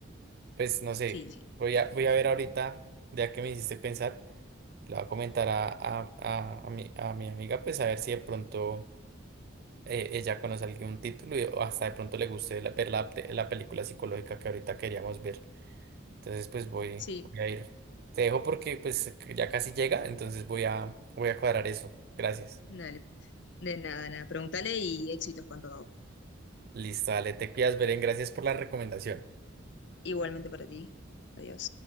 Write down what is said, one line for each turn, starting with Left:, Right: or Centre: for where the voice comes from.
Right: Pues no sé,
Left: sí, sí.
Right: voy a, voy a ver ahorita, ya que me hiciste pensar, le voy a comentar a, a, a, a mi, a mi amiga, pues a ver si de pronto eh, ella conoce algún título y, o hasta de pronto le guste la- ver la, te- la película psicológica que ahorita queríamos ver. Entonces pues voy,
Left: Sí,
Right: voy a ir. Te dejo porque pues ya casi llega, entonces voy a, voy a cuadrar eso. Gracias.
Left: dale. De nada, nada. Pregúntale y éxitos con todo.
Right: Listo, dale, te cuidas, Beren, gracias por la recomendación.
Left: Igualmente para ti. Adiós.